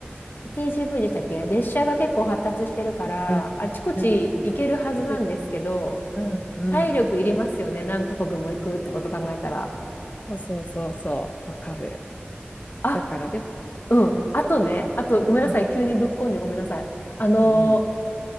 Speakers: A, on the left; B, on the left.
A: TGV でしたっけ列車が結構発達してるから、
B: うん、
A: あちこち行けるはずなんですけど、
B: うん、うん。いける。うん、うん。
A: 体力いりますよね。何カ国も行くってこと考えたら。
B: いいよね。そうそうそうそう、わかる。
A: あ、
B: だから、でも、
A: うん。あとね、あと、ごめんなさい。
B: うん、
A: 急にぶっこんでごめんなさい。あの
B: うん